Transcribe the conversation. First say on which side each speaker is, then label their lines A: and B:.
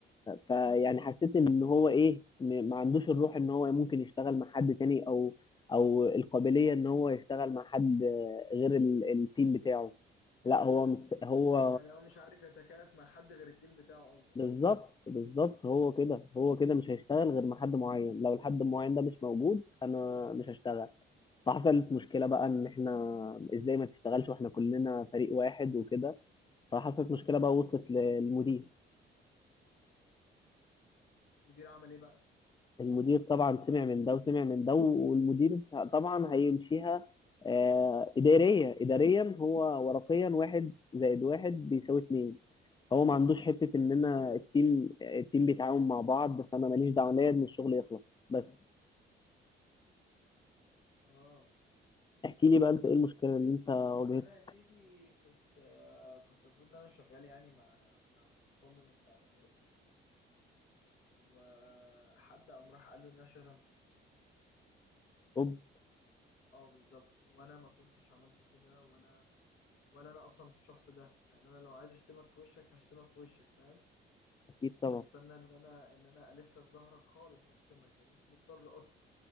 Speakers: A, on the left (about 25°); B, on the left (about 75°).
A: فيعني حسيت ان هو ايه م- ما عندوش الروح ان هو ممكن يشتغل مع حد تاني او او القابليه ان هو يشتغل مع حد غير ال... التيم بتاعه لا هو مت... هو
B: يعني هو مش عارف يتكيف مع حد غير التيم بتاعه قصدك
A: بالظبط بالظبط هو كده هو كده مش هيشتغل غير مع حد معين لو الحد المعين ده مش موجود انا مش هشتغل فحصلت مشكله بقى ان احنا ازاي ما تشتغلش واحنا كلنا فريق واحد وكده فحصلت مشكله بقى وصلت للمدير
B: المدير عمل ايه بقى
A: المدير طبعا سمع من ده وسمع من ده والمدير طبعا هيمشيها آه، إدارية إداريا هو ورقيا واحد زائد واحد بيساوي اتنين هو ما عندوش حتة إن أنا التيم التيم بيتعاون مع بعض فأنا ماليش دعوة ليا إن الشغل يخلص بس
B: اه
A: احكي لي بقى أنت إيه المشكلة اللي أنت واجهتها؟
B: انا يا سيدي كنت آه، كنت المفروض ان انا شغال يعني مع مع مصمم استعراضات وحد قام راح قال له ان انا شتمته
A: أوب
B: و- اه بالظبط وانا ما كنتش عملت كده ولا ولا انا اصلا الشخص ده يعني انا لو عايز اشتمك في وشك هشتمك في وشك فاهم
A: أكيد
B: مش
A: طبعا
B: هستنى ان انا ان انا الف في ظهرك خالص واشتمك يعني مش مضطر اصلا